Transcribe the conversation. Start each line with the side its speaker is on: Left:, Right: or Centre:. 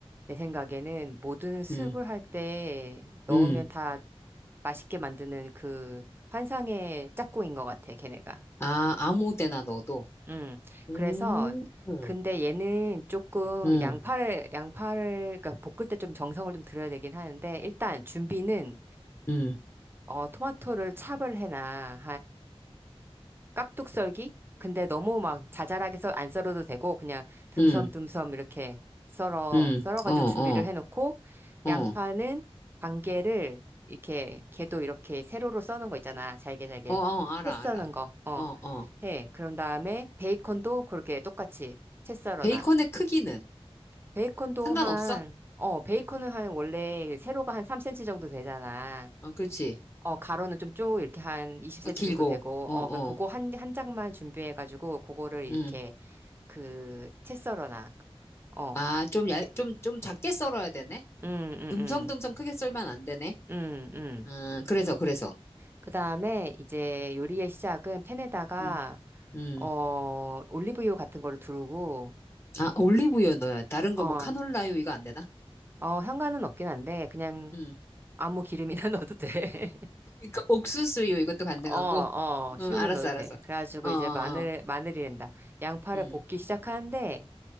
Right: 내 생각에는 모든 스уп을
Left: 음,
Right: 할 때 넣으면
Left: 음.
Right: 다 맛있게 만드는 그 환상의 짝꿍인 것 같아, 걔네가.
Left: 아, 아무 데나 넣어도.
Right: 음.
Left: 음,
Right: 그래서
Left: 음,
Right: 근데 얘는 조금
Left: 음,
Right: 양파를 양파를 그러니까 볶을 때 좀 정성을 좀 들여야 되긴 하는데 일단 준비는
Left: 음,
Right: 어 토마토를 찹을 해놔. 깍둑 썰기? 근데 너무 막 자잘하게 썰, 안 썰어도 되고, 그냥 듬섬듬섬
Left: 음,
Right: 이렇게 썰어,
Left: 음.
Right: 썰어가지고
Left: 어, 어,
Right: 준비를 해놓고,
Left: 어,
Right: 양파는 반개를 이렇게, 개도 이렇게 세로로 써는 거 있잖아. 잘게 잘게.
Left: 어, 어, 알아,
Right: 채 써는
Left: 알아.
Right: 거, 어,
Left: 어, 어.
Right: 해. 그런 다음에 베이컨도 그렇게 똑같이 채 썰어놔.
Left: 베이컨의 크기는
Right: 베이컨도
Left: 상관없어?
Right: 한, 어, 베이컨은 한 원래 세로가 한 3cm 정도 되잖아.
Left: 어, 그렇지.
Right: 어, 가로는 좀 쭉 이렇게 한 20cm
Left: 어, 길고,
Right: 정도 되고,
Left: 어,
Right: 어,
Left: 어,
Right: 그- 그거 한, 한 장만 준비해가지고, 그거를 이렇게,
Left: 음.
Right: 그, 채썰어놔. 어,
Left: 아, 좀 얇, 좀, 좀 작게 썰어야 되네?
Right: 음, 음,
Left: 듬성듬성
Right: 음,
Left: 크게 썰면 안 되네?
Right: 음, 음.
Left: 음, 그래서, 그래서.
Right: 그 다음에 이제 요리의 시작은 팬에다가,
Left: 음, 음.
Right: 어, 올리브유 같은 거를 두르고,
Left: 아, 올리브유 넣어야. 다른 거
Right: 어,
Left: 뭐
Right: 어,
Left: 카놀라유 이거 안 되나?
Right: 향가은 없긴 한데, 그냥
Left: 응.
Right: 아무 기름이나 <laughs> 넣어도 돼. <laughs>
Left: 그러니까 옥수수요 이것도 가능하고.
Right: 어, 어,
Left: 응,
Right: 식용유
Left: 알았어,
Right: 넣어도
Left: 알았어.
Right: 돼. 그래가지고
Left: 어, 어, 어.
Right: 이제 마늘, 마늘이란다. 양파를
Left: 음.
Right: 볶기 시작하는데,